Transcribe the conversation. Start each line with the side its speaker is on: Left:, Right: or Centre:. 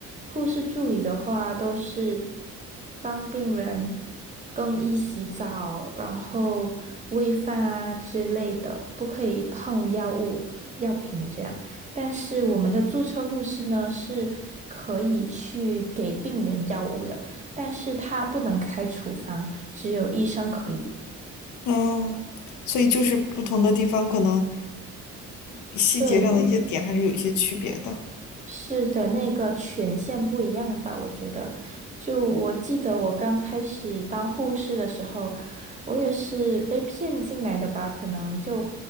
Right: 护士助理的话都是帮病人更衣、洗澡，然后喂饭啊之类的，不可以碰药物、药品这样。但是我们的注册护士呢是可以去给病人药物的，但是他不能开处方，只有医生可以。
Left: 嗯，所以就是不同的地方可能细节上的一些点还是有一些区别的。
Right: 对，是的，那个权限不一样吧？我觉得，就我记得我刚开始当护士的时候，我也是被骗进来的吧？可能就